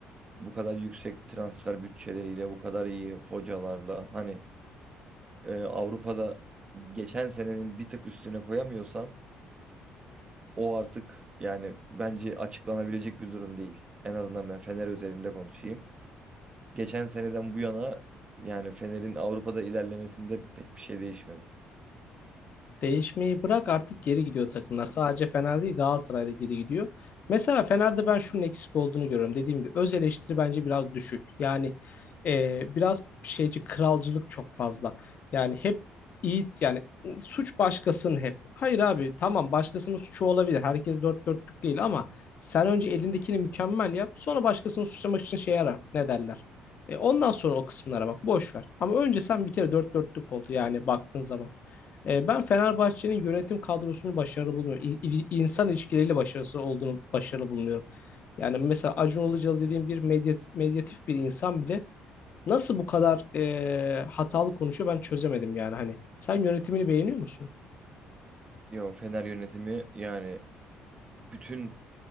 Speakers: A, on the right; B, on the left.
A: Bu kadar yüksek transfer bütçeleriyle, bu kadar iyi hocalarla hani e, Avrupa'da geçen senenin bir tık üstüne koyamıyorsan o artık yani bence açıklanabilecek bir durum değil. En azından ben Fener üzerinde konuşayım. Geçen seneden bu yana yani Fener'in Avrupa'da ilerlemesinde pek bir şey değişmedi.
B: Değişmeyi bırak artık geri gidiyor takımlar. Sadece Fener değil Galatasaray'da geri gidiyor. Mesela Fener'de ben şunun eksik olduğunu görüyorum. Dediğim gibi öz eleştiri bence biraz düşük. Yani e, biraz şeyci kralcılık çok fazla. Yani hep iyi yani suç başkasının hep. Hayır abi tamam başkasının suçu olabilir. Herkes dört dörtlük değil ama sen önce elindekini mükemmel yap. Sonra başkasını suçlamak için şey ara ne derler. E, ondan sonra o kısımlara bak boş ver. Ama önce sen bir kere dört dörtlük oldu yani baktığın zaman. E, ben Fenerbahçe'nin yönetim kadrosunu başarılı bulmuyorum. İ- il- insan ilişkileriyle başarısı olduğunu başarılı bulmuyorum. Yani mesela Acun Ilıcalı dediğim bir medyat- medyatif bir insan bile nasıl bu kadar e, hatalı konuşuyor ben çözemedim yani hani. Sen yönetimini beğeniyor musun?
A: Yo Fener yönetimi yani bütün